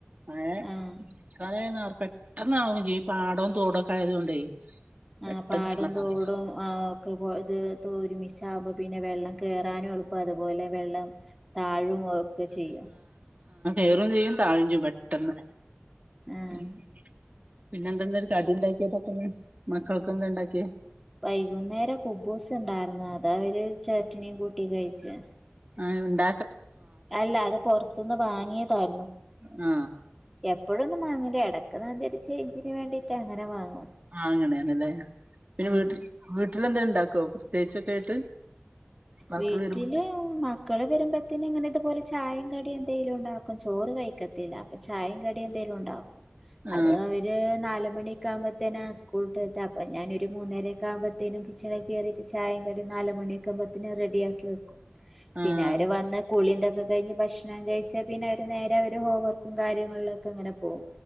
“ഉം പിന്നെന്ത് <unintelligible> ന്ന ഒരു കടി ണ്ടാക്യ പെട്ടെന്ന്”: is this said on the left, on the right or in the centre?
Right